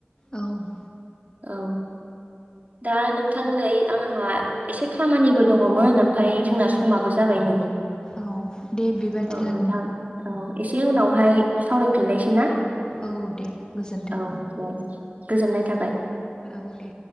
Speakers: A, on the left (about 20°); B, on the right (about 40°).
A: औ
B: औ दा नोंथां नै आंहा एसे खामानिबो दङमोन ओमफाय जोंना समाबो
A: औ
B: जाबाय नै
A: औ दे बेबादिब्ला
B: औ नोंथां औ एसे उनावहाय सावरायफिनलायसै ना?
A: औ दे गोजोन्थों
B: औ दे गोजोननाय थाबाय।
A: औ दे